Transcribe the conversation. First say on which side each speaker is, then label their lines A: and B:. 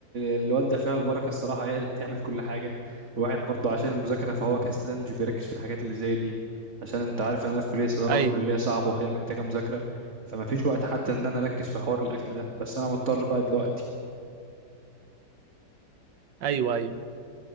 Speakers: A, on the right (about 40°); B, on the right (about 80°).
A: الوالدة فيها البركة الصراحة هي اللي بتعمل كل حاجة والواحد برضه عشان المذاكرة فهو كسلان مش بيركز في الحاجات اللي زي دي عشان انت عارف ان انا في كلية صيدلة
B: ايوه
A: وكلية صعبة وكده محتاجة مذاكرة فما فيش وقت حتى ان انا اركز في حوار الاكل ده بس انا مضطر بقى دلوقتي
B: ايوه ايوه